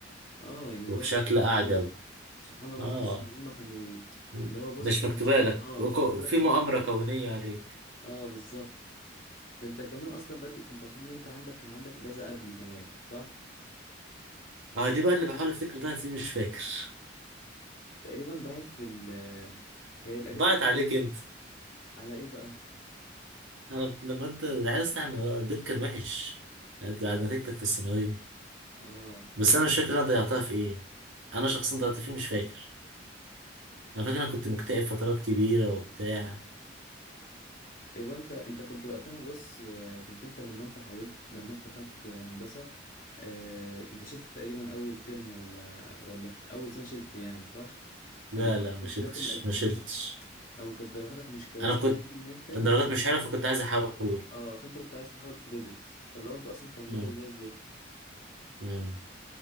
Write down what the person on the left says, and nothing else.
اه يعني
اللي هو سبحان
الله سبحان الله
تحس ان هم كانوا
اللي هو بص
انت
مش حد...
اه
مش مكتوب لك
تذاكر
فيهم
اه بالظبط ده انت كمان اصلا بادئ انت المفروض ان انت عندك كان عندك اجازه قبلي كمان صح
تقريبا ضاعت في ال هي الاجازه
دي
على ايه بقى
اه
هو انت انت كنت وقتها بص آه، كنت انت لما انت حاولت لما انت دخلت هندسة آه، انت شلت تقريبا اول ترم ولا ولا في اول سنة شلت يعني صح فلو
انت كنت
داخل الأج-
انت كنت او كانت درجاتك مش كويسة
ان انت كنت
اه فانت كنت عايز تحول كريدت فلو انت اصلا كان
مودك زي الزفت